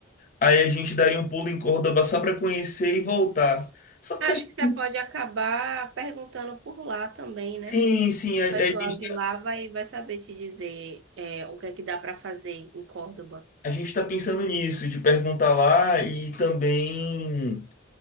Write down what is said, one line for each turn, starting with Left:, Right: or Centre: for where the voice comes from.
Left: aí a gente daria um pulo em Córdoba só para conhecer e voltar. Só que
Right: Acho
Left: se a gente
Right: que você pode acabar perguntando por lá também, né?
Left: Sim, sim, a, a
Right: O pessoal
Left: gente,
Right: de lá vai, vai saber te dizer é, o que é que dá para fazer em Córdoba.
Left: a gente tá pensando nisso, de perguntar lá e também.